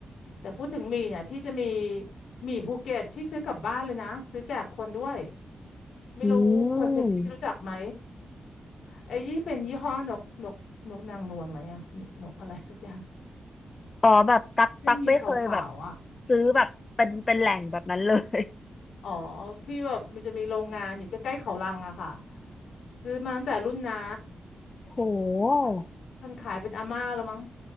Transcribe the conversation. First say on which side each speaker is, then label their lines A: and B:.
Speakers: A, on the left; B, on the left.
A: แต่พูดถึงหมี่เนี่ยพี่จะมีหมี่ภูเก็ตที่ซื้อกลับบ้านเลยนะซื้อแจกคนด้วยไม่รู้คนพื้นที่รู้จักไหม
B: อืม
A: ไอ้ยี่เป็นยี่ห้อนกนกนกนางนวลไหมอะหมี่นกอะไรสักอย่าง
B: อ๋อแบบตักตักไม่เคยแบบ
A: เป็นหมี่ขาวๆอ่ะ
B: ซื้อแบบเป็นเป็นแหล่งแบบนั้นเลย
A: อ๋อพี่แบบมันจะมีโรงงานอยู่ใกล้ๆเขาลังอะค่ะซื้อมาตั้งแต่รุ่นน้า
B: <laughs> โห
A: คนคนขายเป็นอาม่าแล้วมั้ง